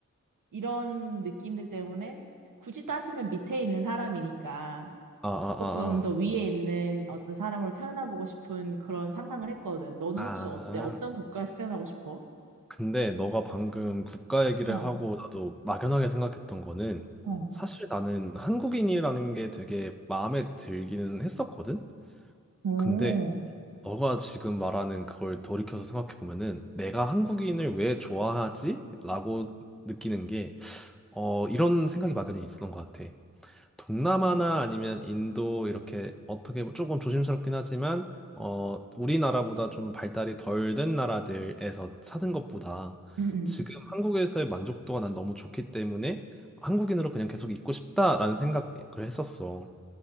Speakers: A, on the right; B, in the centre.
A: 이런 느낌들 때문에 굳이 따지면 밑에 있는 사람이니까.
B: 아, 아,
A: 조금 더 위에 있는 어떤 사람으로 태어나보고 싶은 그런 상상을 했거든. 너는
B: 아,
A: 혹시
B: 아.
A: 어때? 어떤
B: 아.
A: 국가에서 태어나고 싶어?
B: 근데 너가 방금 국가 얘기를
A: 어,
B: 하고 나도 막연하게 생각했던 거는
A: 어,
B: 사실 나는 한국인이라는 게 되게 마음에 들기는 했었거든.
A: 오,
B: 근데 너가 지금 말하는 그걸 돌이켜서 생각해 보면은 내가 한국인을 왜 좋아하지? 라고 느끼는 게 어, 이런 생각이 막연히 있었던 것 같아. 동남아나 아니면 인도 이렇게 어떻게 보- 조금 조심스럽긴 하지만 어 우리나라보다 좀 발달이 덜 된 나라들에서 사는 것보다
A: 응, 응.
B: 지금 한국에서의 만족도가 난 너무 좋기 때문에 한국인으로 그냥 계속 있고 싶다라는 생각을 했었어.